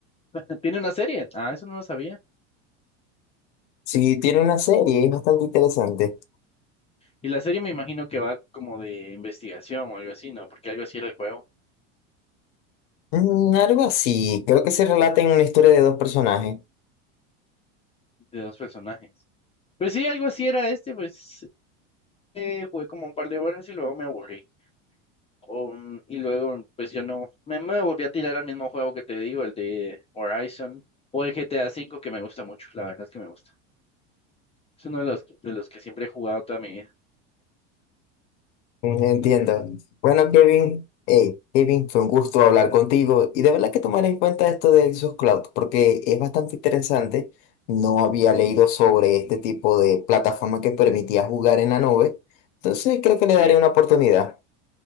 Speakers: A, on the left; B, on the left.
A: <laughs> Tiene una serie. Ah, eso no lo sabía.
B: Si tiene una serie, es bastante interesante.
A: Y la serie me imagino que va como de investigación o algo así, ¿no? Porque algo así era el juego
B: Mm, algo así, creo que se relata en una historia de dos personajes.
A: de dos personajes. Pues sí, algo así era este, pues eh, jugué como un par de horas y luego me aburrí. Um, y luego, pues yo no, me, me volví a tirar al mismo juego que te digo, el de Horizon o el GTA cinco que me gusta mucho, la verdad es que me gusta. Es uno de los, de los que siempre he jugado toda mi vida.
B: Mm, Entiendo. Bueno, Kevin, hey, Kevin, fue un gusto hablar contigo y de verdad que tomar en cuenta esto de Xbox Cloud porque es bastante interesante. No había leído sobre este tipo de plataforma que permitía jugar en la nube, entonces creo que le
A: Sí,
B: daré una oportunidad.